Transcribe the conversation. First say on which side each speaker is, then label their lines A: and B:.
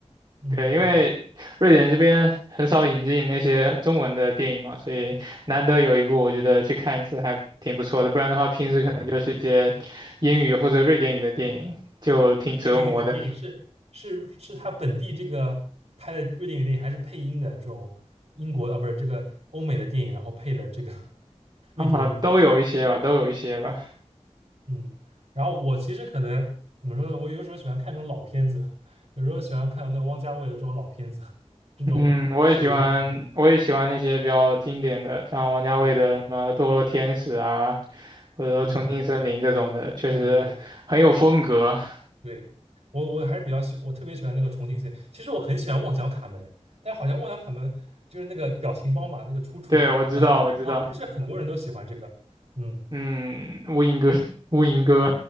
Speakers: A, on the right; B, on the right.
A: 嗯
B: 对，因为瑞典这边很少引进那些中文的电影嘛，所以难得有一部，我觉得去看一次还挺不错的。不然的话，平时可能就是一些英语或者瑞典语的电影，
A: 嗯，
B: 就挺折磨的
A: 瑞典语的电影是是是他本地这个拍的瑞典语电影，还是配音的这种英国啊，不是这个欧美的电影，然后配了这个 <laughs> 瑞典语。
B: 啊，都有一些吧，都有一些吧。
A: 嗯，然后我其实可能怎么说呢，我有时候喜欢看这种老片子，有时候喜欢看那个汪家卫的这种老片子，这种氛围的环境。
B: 嗯，我也喜欢，我也喜欢那些比较经典的，像王家卫的什么《堕落天使》啊，
A: 嗯
B: 或者说《重庆森林》这种的，
A: 嗯，
B: 确实很有风格。
A: 对对对。对，我我还是比较喜，我特别喜欢那个重庆系。其实我很喜欢《旺角卡门》，但好像《旺角卡门》就是那个表情包嘛，那个出处好像那好像不是很多人都喜欢这个。
B: 对，我知道，我知道。
A: 嗯，
B: 嗯，《乌蝇哥》<laughs>，《乌蝇哥》